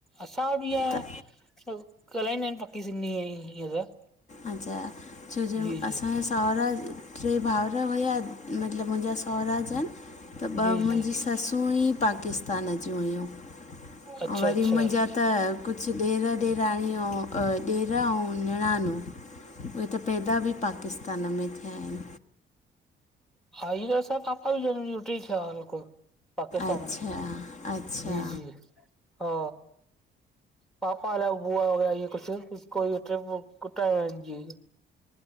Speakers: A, in the centre; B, on the left.
A: असां वटि ईअं
B: त
A: ॻाल्हाईंदा आहिनि पकी सिंधी ईअं त
B: अच्छा छो जो
A: जी जी
B: असां सहुरा टे भाउर हुया मतिलबु मुंहिंजा सहुरा जन त ॿ
A: जी
B: मुंहिंजी
A: जी
B: ससूं ई पाकिस्तान जूं हुयूं
A: अच्छा
B: आं वरी
A: अच्छा
B: मुंजा। त कुझु ॾेर ॾेराणी आऊं अ ॾेर आऊं निणानूं उहे त पैदा बि पाकिस्तान में थिया आहिनि।
A: <unintelligible> पाकिस्तान
B: अच्छा
A: में,
B: अच्छा
A: जी जी। हा पापा अलाए बूआ वया इअं कुझु कु कोई ट्रिप <unintelligible> जी।